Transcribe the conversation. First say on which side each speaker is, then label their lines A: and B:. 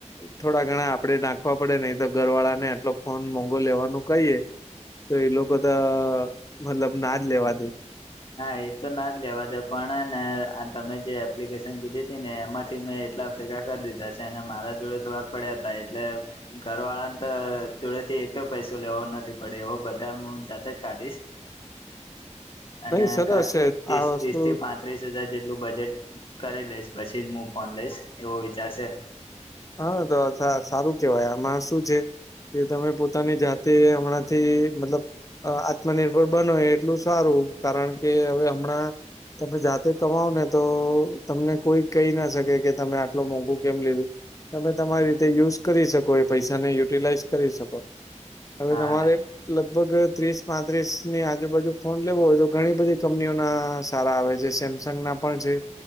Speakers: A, on the left; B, on the left.
A: થોડા ઘણા આપડે નાંખવા પડે નહી તો ઘર વાળા ને આટલો ફોન મોંઘો લેવાનું કહીએ તો એ લોકો તો મતલબ ના જ લેવા દે
B: ના એ તો ના જ લેવા દે પણ ને તમે જે એપ્લિકેશન કીધી હતી ને એમાંથી મેં એટલા ભેગા કરી દીધા છે અને મારા જોડે થોડાક પડ્યા હતા એટલે ઘર વાળા ને તો જોડે થી એક જ પૈસો લેવો નથી પડે એવો બધા હું જાતે જ કાઢીશ અને
A: નહી સરસ છે
B: ત્રીસ
A: આ વસ્તુ
B: ત્રીસ થી પાંચ ત્રીસ હજાર જેટલું બજેટ કરી લઈશ પછી જ હું ફોન લઈશ એવો વિચારશે
A: હા તો સારું કેવાય આમાં શું છે કે તમે પોતાની જાતે હમણાંથી મતલબ અ આત્મનિર્ભર બનો એટલું સારું કારણ કે હવે હમણાં તમે જાતે કમાવ ને તો તમને કોઈ કહી ના શકે કે તમે આટલું મોંઘું કેમ લીધું તમે તમારી રીતે યુઝ કરી શકો એ પૈસાને યુટિલાઈઝ કરી શકો હવે
B: હા
A: તમારે લગભગ ત્રીસ પાંત્રીસ ની આજુબાજુ ફોન લેવો હોય તો ઘણી બધી કંપનીઓ ના સારા આવે છે સેમ સંગના પણ છે